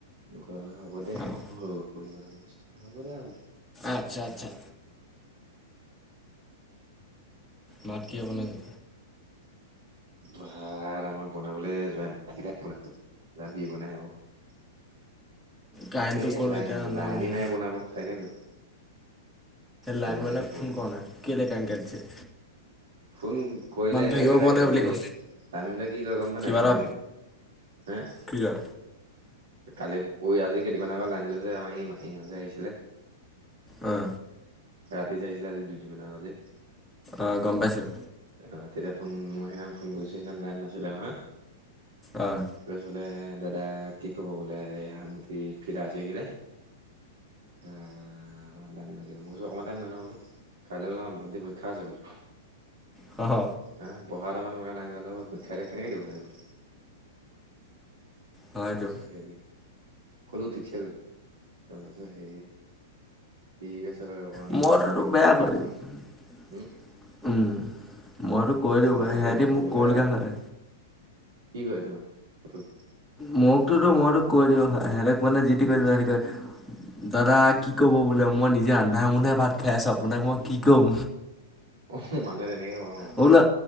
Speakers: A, on the right; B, in the centre.
A: গল হ'ব দে
B: অঁ
A: সৰু হ'ব দে আৰু।
B: আচ্ছা আচ্ছা। ভাত কিয় বনালী।
A: ভাত আমাৰ বনাবলৈ যোৱ যাম কি বনাই আক।
B: কাৰেণ্টটো
A: এইয়
B: গ'ল
A: লাইন
B: এতিয়া অহা
A: লাইনে
B: বোলে
A: নাই বনাবলৈ তাকেতো।
B: লাইন্মেনক
A: লাইনটো থাকিলে
B: ফোন কৰ না কেলে কাইন কাটছে।
A: ফোন কৰিলে সেই
B: থাকিব
A: একেটাই
B: পৰা
A: কব
B: নাই বুলি
A: সেই
B: ক
A: টাইমিতে কি কয় গম পা
B: কিবা
A: নাই ফোন
B: এটা
A: কৰিলে। হে
B: কি কয়।
A: কালি পৰি আজি কেইদিনমান আগত লাইন গৈছে। আমাৰ ই মাহীহত যে আহিছিলে।
B: আহ।
A: ৰাতি যে আহিছিলে আজি দুদিনমান আগত যে।
B: অঁ গম পাইছোঁ
A: অ তেতিয়া ফোন মই সেইদিনা ফোন কৰিছো সেইদিনা লাইন নাছিলে নহয়।
B: অঁ
A: কি কৈছিলে। দাদা কি ক'ব বোলে এই সামঠি ফিদা ছিঙিলে। অঁ। অণমান টাইম লাগে। মই কৈছোঁ অকমান টাইম নওঁ বোলো কাইলে বুলো ভণ্টি পৰীক্ষা আছে বোলো।
B: হ হ।
A: হা পঢ়া এটামান লগা নাই জ পৰীক্ষা এতিয়া কেনেকৈ দিব স বোলো। তাৰপছ
B: হয়তো
A: হেৰি ক'লো ঠিকঠ কৰিছ। অ সেৰি ঠিক আছে। বাৰু অকমান
B: ম ততো বেয়া
A: ৰ'বাচোন
B: কৰিম।
A: উম
B: উম মইতো কৈ দিওঁ
A: অকমান
B: সিহতি
A: ৰ'বাচোন
B: মোক
A: বোলে
B: কলগীয়া হয়।
A: কি কয় তোমাক তোক।
B: মোকতোতো মইতো কৈ দিওঁ ভাই হেতেক মানে যি টি কয় দিও হেতি কয়। দাদা কি ক'ব বোলে মই নিজে আন্ধা আমন্ধে ভাত খাই আছো আপোনাক মই কি ক'ম।
A: আহ মানহ তেনেকে কয় অ।
B: বোলো